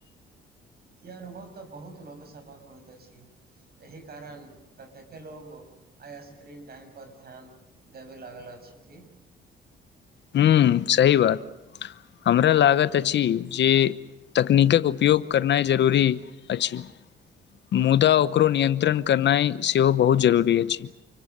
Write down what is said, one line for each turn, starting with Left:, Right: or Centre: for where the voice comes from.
Right: ई अनुभव तऽ बहुत लोकसभक होइत अछि। एहि कारण कतेकके लोको आइ स्क्रीन टाइमपर ध्यान देबय लागल। छथिन
Left: ह सही बात हमरा लागत अछि। जे तकनीकक उपयोग करनाइ जरूरी अछि। मुदा ओकरो नियन्त्रण करनाइ सेहो बहुत जरूरी अछि।